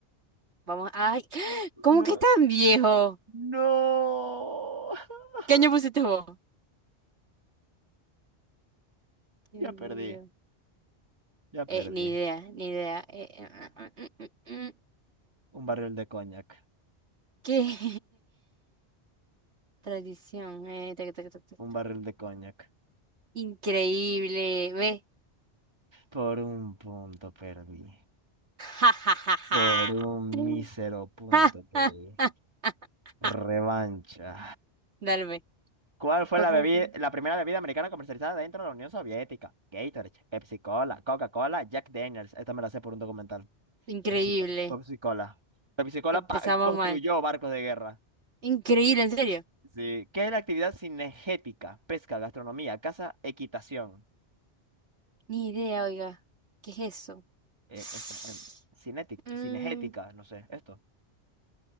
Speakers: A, on the right (about 70°); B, on the right (about 25°).
A: Vamos, ay, <gasps> ¿cómo
B: No,
A: que es tan viejo?
B: no. <laughs>
A: ¿Qué año pusiste vos? ¿Qué
B: Ya
A: año
B: perdí,
A: que
B: ya
A: Eh,
B: perdí.
A: ni idea, ni idea. Eh, eh, ah, mm, mm, mm, mm.
B: Un barril de coñac.
A: ¿Qué? <laughs> Tradición, eh, tac, tac, tac, tac.
B: Un barril de coñac.
A: Increíble, ve.
B: Por un punto perdí.
A: Ja, ja, ja, ja.
B: Por un
A: Mm.
B: mísero punto
A: Ja,
B: perdí.
A: ja, ja, ja,
B: Revancha.
A: ja. <laughs> Dale, ve.
B: ¿Cuál fue
A: Pa,
B: la
A: pa,
B: bebida,
A: pa.
B: la primera bebida americana comercializada dentro de la Unión Soviética? Gatorade, Pepsi Cola, Coca-Cola, Jack Daniels. Esta me la sé por un documental.
A: Increíble.
B: Pepsi, Co- Pepsi Cola. Pepsi Cola
A: Empezamos
B: pa- construyó
A: mal.
B: barcos de guerra.
A: Increíble, en serio.
B: Sí. ¿Qué es la actividad cinegética? Pesca, gastronomía, caza, equitación.
A: Ni idea, oiga. ¿Qué es eso? <sighs>
B: Eh, esto, em, cinetic-
A: Mm,
B: cinegética, no sé, esto.